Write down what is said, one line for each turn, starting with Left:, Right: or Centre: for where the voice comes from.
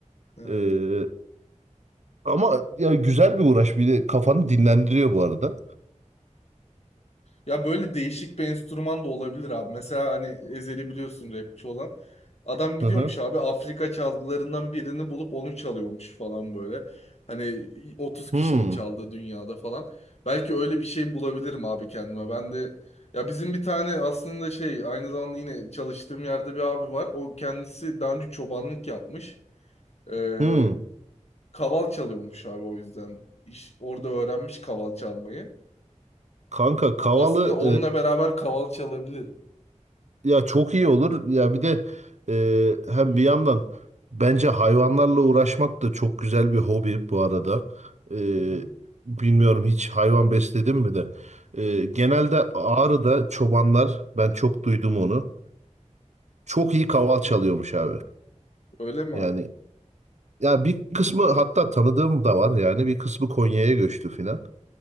Left: Evet.
Right: Ee, Ama ya güzel bir uğraş. Bir de kafanı dinlendiriyor bu arada.
Left: Ya böyle değişik bir enstrüman da olabilir abi. Mesela hani Ezhel'i biliyorsun rapçi olan. Adam gidiyormuş
Right: Hı hı.
Left: abi Afrika çalgılarından birini bulup onu çalıyormuş falan böyle. Hani 30 kişinin
Right: Hmm.
Left: çaldığı dünyada falan. Belki öyle bir şey bulabilirim abi kendime. Ben de ya bizim bir tane aslında şey aynı zamanda yine çalıştığım yerde bir abi var. O kendisi daha önce çobanlık yapmış. Ee,
Right: Hmm.
Left: kaval çalıyormuş abi o yüzden. İş, orada öğrenmiş kaval çalmayı.
Right: Kanka
Left: O
Right: Kavalı
Left: aslında onunla beraber kaval çalabilirim.
Right: e, ya çok iyi olur. Ya bir de e, hem bir yandan bence hayvanlarla uğraşmak da çok güzel bir hobi bu arada. E,
Left: Hı hı,
Right: bilmiyorum hiç hayvan besledim mi de. E, genelde
Left: hı hı,
Right: Ağrı'da çobanlar ben çok duydum onu. Çok iyi kaval
Left: hı hı.
Right: çalıyormuş abi.
Left: Öyle mi
Right: Yani
Left: abi?
Right: ya bir kısmı hatta tanıdığım da var yani bir kısmı Konya'ya göçtü filan.